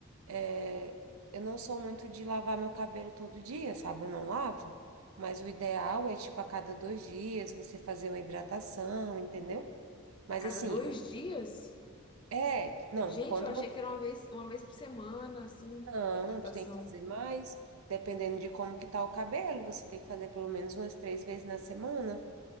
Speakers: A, on the right (about 80°); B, on the left (about 25°).
A: É, eu não sou muito de lavar meu cabelo todo dia, sabe? Eu não lavo, mas o ideal é, tipo, a cada dois dias você fazer uma hidratação, entendeu? Mas
B: A cada
A: assim,
B: dois
A: o-
B: dias?
A: é, não,
B: Gente,
A: quando
B: eu achei
A: você
B: que era uma vez, uma vez por semana, assim,
A: não,
B: hidratação.
A: tu tem que fazer mais, dependendo de como que tá o cabelo, você tem que fazer pelo menos umas três vezes na semana.